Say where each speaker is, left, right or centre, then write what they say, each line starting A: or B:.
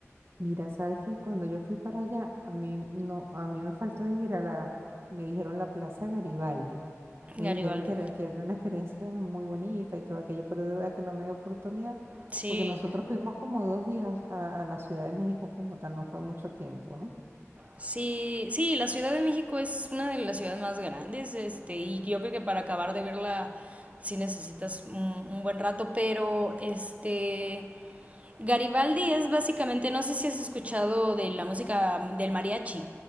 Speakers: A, on the right (about 50°); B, on the right (about 25°).
A: Mira, sabes que cuando yo fui para allá, a mí no, a mí me faltó ir a la, me dijeron la Plaza Garibaldi. Me
B: Garibaldi.
A: dijeron que era, que era una experiencia muy bonita y todo aquello, pero de verdad que no me dio oportunidad,
B: Sí.
A: porque nosotros fuimos como dos días a, a la Ciudad de México como tal, no fue mucho tiempo, ¿no?
B: Sí, sí, la Ciudad de México es una de las ciudades más grandes, este, y yo creo que para acabar de verla sí necesitas un, un buen rato, pero este Garibaldi es básicamente, no sé si has escuchado de la música del mariachi.